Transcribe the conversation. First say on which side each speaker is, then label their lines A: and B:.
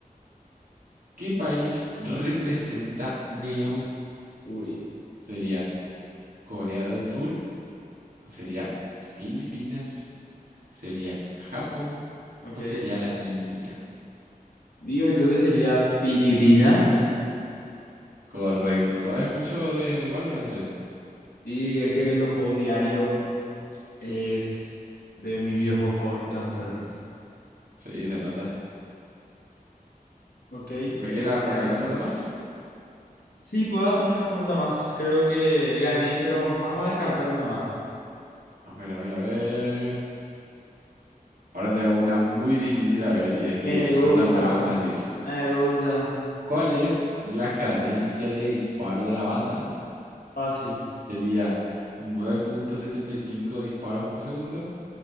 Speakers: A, on the right; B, on the left.
A: ¿Qué país representa Neon?
B: Uy, uy.
A: Sería Corea del Sur, sería Filipinas, sería Japón
B: Ok.
A: o sería la India.
B: Digo yo que sería Filipinas.
A: Correcto, ¿sabes mucho de, de Valorant, che?
B: Sí, es que los juegos diarios es de mis videojuegos favoritos actualmente.
A: Sí, se nota.
B: Ok,
A: ¿Me
B: ¿querés
A: queda
B: que te
A: cuánto?
B: haga?
A: ¿Una pregunta más?
B: Sí, puedo hacerme una pregunta más. Creo que gané, pero vamos a descartar una más.
A: A ver, a ver, a ver. Ahora te hago una muy difícil a ver si es que
B: Me gusta,
A: sos tan bueno como decís.
B: me gusta.
A: ¿Cuál es la cadencia de disparo de la Vandal?
B: Fácil.
A: ¿Sería nueve punto setenta y cinco disparos por segundo?